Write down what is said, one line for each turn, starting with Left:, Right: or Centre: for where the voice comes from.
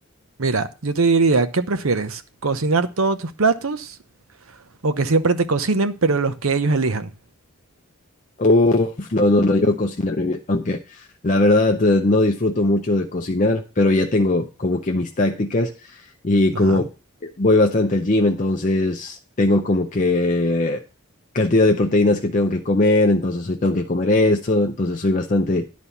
Right: mira, yo te diría, ¿qué prefieres? ¿Cocinar todos tus platos o que siempre te cocinen, pero los que ellos elijan?
Left: Uf, no, no, no, yo cocinar, mi- aunque la verdad eh, no disfruto mucho de cocinar, pero ya tengo como que mis tácticas y
Right: Ajá.
Left: como voy bastante al gym, entonces tengo como que cantidad de proteínas que tengo que comer, entonces hoy tengo que comer esto, entonces soy bastante,